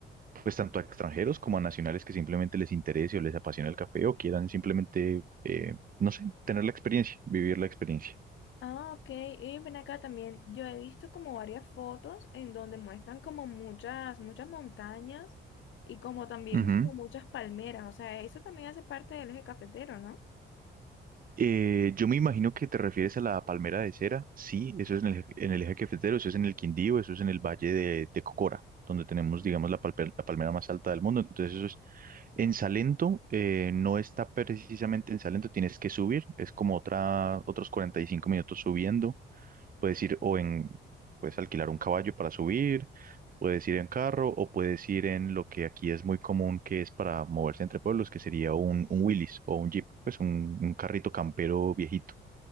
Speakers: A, on the right; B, on the left.
A: pues, tanto a extranjeros como a nacionales que simplemente les interese o les apasiona el café o quieran simplemente, eh, no sé, tener la experiencia, vivir la experiencia.
B: Ah, ok. Y ven acá también. Yo he visto como varias fotos en donde muestran como muchas, muchas montañas y como también
A: Ujú.
B: como muchas palmeras. O sea, eso también hace parte del eje cafetero, ¿no?
A: Eh, yo me imagino que te refieres a la palmera de cera. Sí, eso es en el, eje- en el eje cafetero, eso es en el Quindío, eso es en el Valle de, de Cocora, donde tenemos, digamos, la, palpe- la palmera más alta del mundo. Entonces, eso es en Salento, eh, no está precisamente en Salento, tienes que subir, es como otra, otros 45 minutos subiendo. Puedes ir o en, puedes alquilar un caballo para subir, puedes ir en carro o puedes ir en lo que aquí es muy común, que es para moverse entre pueblos, que sería un, un Willys o un Jeep, pues un, un carrito campero viejito.